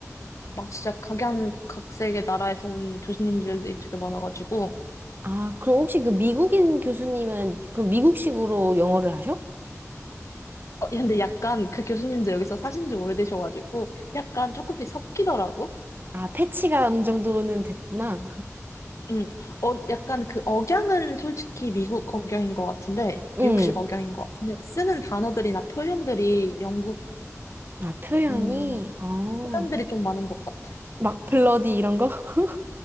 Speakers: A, on the left; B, on the right.
A: 막 진짜 각양각색의 나라에서 온 교수님들이 되게 많아가지고,
B: 아, 그럼 혹시 그 미국인 교수님은 그 미국식으로 영어를 하셔?
A: 어, 근데 약간 그 교수님들 여기서 사신 지 오래되셔가지고, 약간 조금씩 섞이더라고.
B: 아, 패치가 어느 정도는 됐구나.
A: 음, 어, 약간 그 억양은 솔직히 미국 억양인 것 같은데,
B: 응.
A: 미국식 억양인 것 같은데, 쓰는 단어들이나 표현들이 영국,
B: 아, 표현이?
A: 음,
B: 어.
A: 표현들이 좀 많은 것 같아.
B: 막 블러디 이런 거? <laughs>